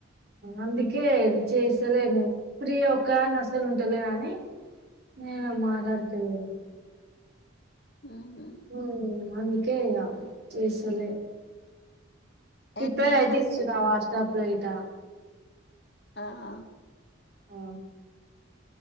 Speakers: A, on the right (about 55°); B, on the left (about 60°).
A: అందుకే చేసలేను ఫ్రీ ఒక నసలు ఉంటలే అనీ నేను మాట్లాడుతలేను
B: ఊహు
A: ఉమ్ అందుకే ఇగ చేసులే ప్రిపేర్
B: ఎన్ని అయిపోయినాయి
A: అయితే ఇస్తున్నా వాజకప్ లో ఇట
B: ఆ ఆ
A: ఆ